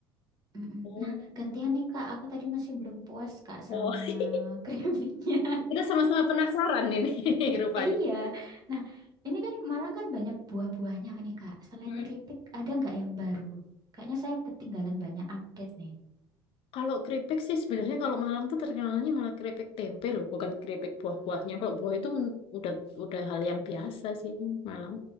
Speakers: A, on the right (about 30°); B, on the left (about 45°).
A: Mm-mm.
B: Oh,
A: Nah, gantian nih Kak, aku tadi masih belum puas Kak
B: oh.
A: sama
B: <laughs>
A: <laughs> keripiknya.
B: Kita sama-sama penasaran ini <laughs> rupanya.
A: Iya. Nah, ini kan Malang kan banyak buah-buahnya kan nih Kak. Selain
B: Hmm.
A: keripik, ada nggak yang baru? Kayaknya saya ketinggalan banyak update nih.
B: Kalau keripik sih sebenarnya kalau Malang tuh terkenalnya malah keripik tempe loh, bukan keripik buah-buahnya. Kalau buah itu men- udah udah hal yang biasa sih Malang.